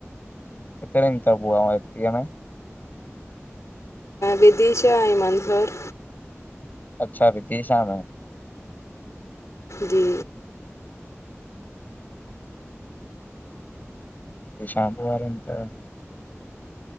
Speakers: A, on the left; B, on the left.
A: किथे रहंदी अथव तव्हांजी भुआ एमपी में?
B: विदिशा, मनभर
A: अच्छा विदिशा
B: जी
A: शम्पू वारे त